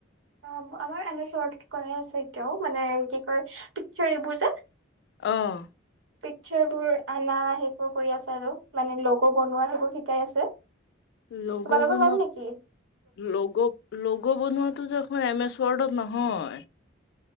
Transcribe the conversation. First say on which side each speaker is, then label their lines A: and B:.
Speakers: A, on the right (about 70°); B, on the left (about 60°).
A: অ আমাৰ এম এছ ৱৰ্ড কৰাই আছে এতিয়াও মানে কি কয় পিকচাৰ্ এইবোৰ যে
B: অহ।
A: পিকচাৰ বোৰ আনা সেইবোৰ কৰি আছে আৰু মানে লগো বনোৱা সেইবোৰ শিকাই আছে।
B: লগ
A: তোমালোকৰ
B: বনাত
A: হ'ল নেকি
B: লগ লগ বনোৱাতো দে এম এছ। ৱৰ্ডত নহয়